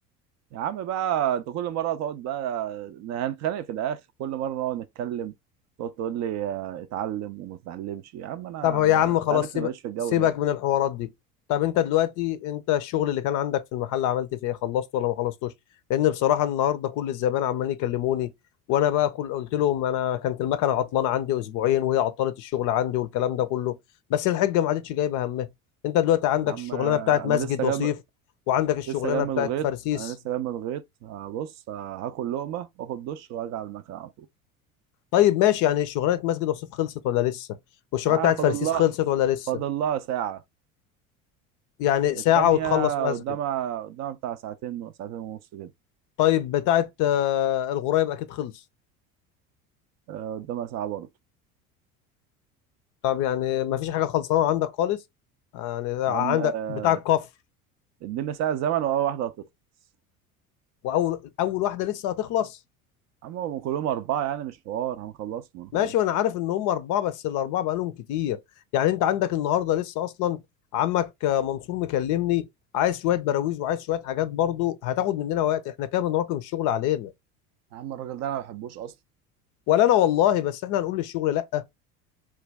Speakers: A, on the right; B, on the left.
A: يا عم بقى انت كل مره تقعد بقى هنتخانق في الاخر كل مره نقعد نتكلم تقعد تقول لي آه، اتعلم وما تتعلمش يا عم انا
B: طب هو يا
A: ما...
B: عم
A: انت
B: خلاص
A: عارفني
B: سيبك
A: ماليش في الجو
B: سيبك
A: ده
B: من الحوارات دي طب انت دلوقتي انت الشغل اللي كان عندك في المحل عملت فيه ايه خلصته ولا ما خلصتوش لان بصراحه النهارده كل الزبائن عمالين يكلموني وانا بقى كل قلت لهم انا كانت المكنه عطلانه عندي اسبوعين وهي عطلت الشغل عندي والكلام ده كله بس الحجه ما عادتش جايبه همها انت دلوقتي عندك
A: يا عم
B: الشغلانه
A: آه،
B: بتاعت مسجد
A: انا لسه
B: وصيف
A: جاب
B: وعندك الشغلانه
A: لسه جاي من
B: بتاعت
A: الغيط
B: فرسيس
A: انا لسه جاي من الغيط هبص آه، هاكل لقمه واخد دش وارجع على المكان على طول
B: طيب ماشي يعني شغلانه مسجد وصيف خلصت ولا لسه والشغلانه
A: اه
B: بتاعت
A: فاضل
B: فرسيس
A: لها
B: خلصت ولا لسه
A: فاضل لها ساعه
B: يعني ساعه
A: التانية
B: وتخلص مسجد
A: قدامها قدامها بتاع ساعتين ساعتين ونص كده
B: طيب بتاعت آه، الغرايب اكيد خلص
A: آه، قدامها ساعة برضه
B: طب يعني ما فيش حاجه خلصانه عندك خالص يعني عندك
A: يا عم آه،
B: بتاع الكفر
A: ادينا ساعة زمن وأول واحدة هتخلص
B: واول اول واحده لسه هتخلص
A: يا عم هم كلهم أربعة يعني مش حوار هنخلصهم هنخلصهم
B: ماشي وانا عارف ان هم اربعه بس الاربعه بقالهم كتير يعني انت عندك النهارده لسه اصلا عمك آه، منصور مكلمني عايز شويه براويز وعايز شويه حاجات برضو هتاخد مننا وقت احنا كده بنراكم الشغل علينا
A: يا عم الراجل ده انا ما بحبوش اصلا
B: ولا انا والله بس احنا هنقول للشغل لا